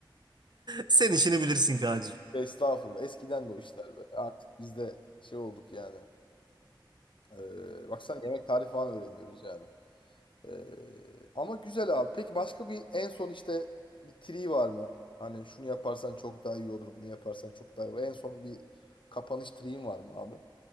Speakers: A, on the right (about 55°); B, on the left (about 75°).
A: Sen işini bilirsin Kaan'cığım.
B: Estağfurullah. Eskiden bu işler be. Artık biz de şey olduk yani. Ee, bak sen yemek tarifi falan öğreniyoruz yani. Ee, ama güzel abi. Peki başka bir en son işte bir tri var mı? Hani şunu yaparsan çok daha iyi olur, bunu yaparsan çok daha iyi olur. En son bir kapanış triğin var mı abi?